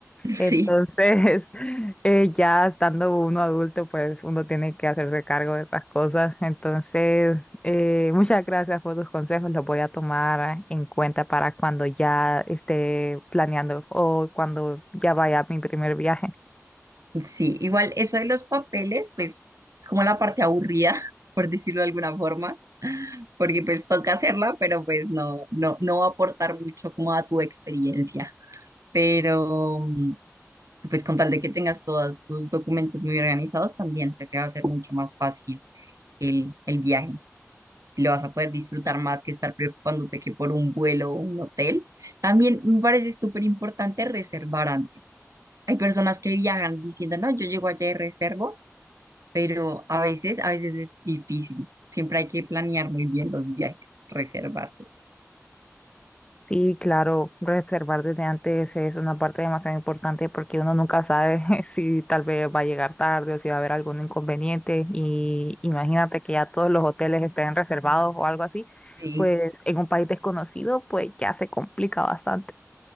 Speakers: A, on the right (about 80°); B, on the left (about 20°).
A: <laughs> sí,
B: Entonces, <laughs> eh, ya estando uno adulto, pues uno tiene que hacerse cargo de esas cosas. Entonces, eh, muchas gracias por tus consejos, los voy a tomar en cuenta para cuando ya esté planeando o cuando ya vaya a mi primer viaje.
A: sí. Igual eso de los papeles, pues es como la parte aburrida, <laughs> por decirlo de alguna forma porque pues toca hacerla, pero pues no, no, no va a aportar mucho como a tu experiencia. Pero mm, pues con tal de que tengas todos tus documentos muy organizados, también se te va a hacer mucho más fácil el, el viaje. Lo vas a poder disfrutar más que estar preocupándote que por un vuelo o un hotel. También me parece súper importante reservar antes. Hay personas que viajan diciendo, no, yo llego allá y reservo, pero a veces, a veces es difícil. Siempre hay que planear muy bien los viajes, reservar cosas.
B: Sí, claro, reservar desde antes es una parte demasiado importante porque uno nunca sabe <laughs> si tal vez va a llegar tarde o si va a haber algún inconveniente y imagínate que ya todos los hoteles estén reservados o algo así,
A: Sí,
B: pues en un país desconocido pues ya se complica bastante.